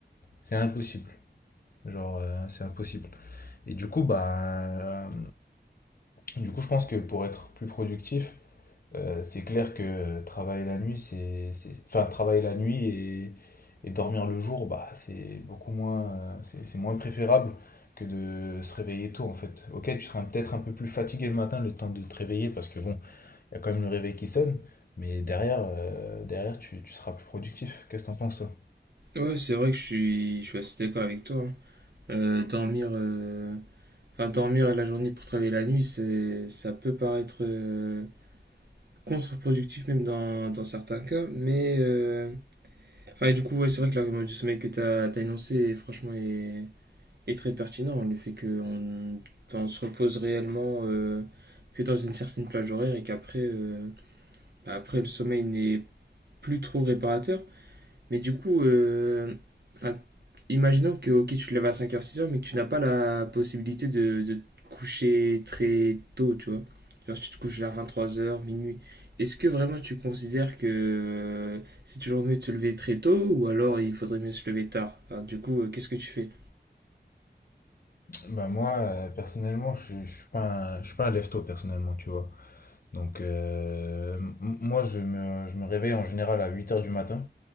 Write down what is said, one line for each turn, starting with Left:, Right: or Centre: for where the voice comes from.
Left: C'est impossible. Genre, euh, c'est impossible. Et du coup, bah, euh, du coup, je pense que pour être plus productif, euh, c'est clair que euh, travailler la nuit, c'est, c'est- enfin, travailler la nuit et, et dormir le jour, bah, c'est beaucoup moins, euh, c'est, c'est moins préférable que de se réveiller tôt, en fait. Ok, tu seras peut-être un peu plus fatigué le matin, le temps de te réveiller, parce que bon, il y a quand même le réveil qui sonne, mais derrière, euh, derrière tu, tu seras plus productif. Qu'est-ce que t'en penses, toi?
Right: Ouais, c'est vrai que je suis, je suis assez d'accord avec toi. hein. Euh, dormir, euh, enfin, dormir la journée pour travailler la nuit, c'est, ça peut paraître euh, contre-productif même dans, dans certains cas. Mais euh, enfin, et du coup, ouais, c'est vrai que l'argument du sommeil que tu as, énoncé, franchement, est, est très pertinent. Le fait qu'on enfin, on se repose réellement euh, que dans une certaine plage horaire et qu'après, euh, bah, après, le sommeil n'est plus trop réparateur. Mais du coup, euh, enfin, imaginons que ok, tu te lèves à cinq heures six heures mais que tu n'as pas la possibilité de, de te coucher très tôt, tu vois. Genre, tu te couches vers vingt trois heures minuit. Est-ce que vraiment tu considères que euh, c'est toujours mieux de se lever très tôt ou alors il faudrait mieux se lever tard? Enfin, du coup, euh, qu'est-ce que tu fais?
Left: Bah moi, euh, personnellement, je ne suis pas un, je suis pas un lève-tôt, personnellement, tu vois. Donc, euh, m- moi, je me, je me réveille en général à huit heures du matin.